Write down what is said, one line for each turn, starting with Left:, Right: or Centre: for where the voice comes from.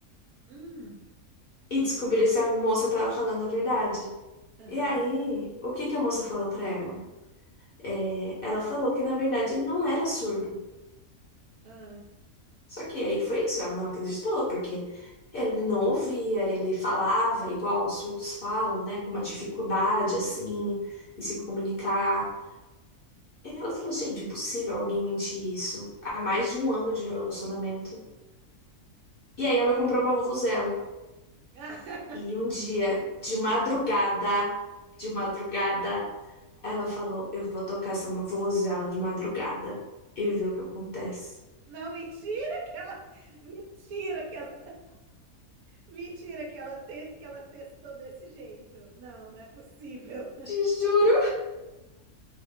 Right: hum,
Left: e descobrir se a moça estava falando a verdade.
Right: aham,
Left: E aí, o que que a moça falou pra ela? É, ela falou que na verdade ele não era surdo.
Right: ah,
Left: Só que aí foi isso, ela não acreditou, porque ele não ouvia, ele falava igual os surdos falam, né, com uma dificuldade assim, em se
Right: uhum.
Left: comunicar. Ela falou, gente, impossível alguém mentir isso. Há mais de um ano de relacionamento. E aí ela comprou uma vuvuzela.
Right: Ah,
Left: E um dia, de madrugada, de madrugada, ela falou, eu vou tocar essa vuvuzela de madrugada e ver o que acontece.
Right: <laughs> não, mentira que ela, mentira que ela, mentira que ela, te, que ela testou desse jeito. Não, não é possível.
Left: Te juro.